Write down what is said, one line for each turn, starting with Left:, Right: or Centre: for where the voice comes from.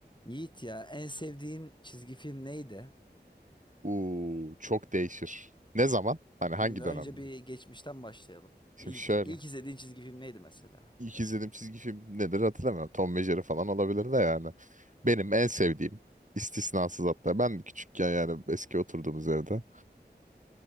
Left: Yiğit ya en sevdiğin çizgi film neydi?
Right: Uuu çok değişir. Ne zaman? Hani
Left: Şimdi
Right: hangi
Left: önce
Right: dönemde?
Left: bir geçmişten başlayalım.
Right: Şimdi
Left: İlk
Right: şöyle.
Left: ilk izlediğin çizgi film neydi mesela?
Right: İlk izlediğim çizgi film nedir hatırlamıyorum. Tom ve Jerry falan olabilir de yani. Benim en sevdiğim istisnasız hatta ben küçükken yani eski oturduğumuz evde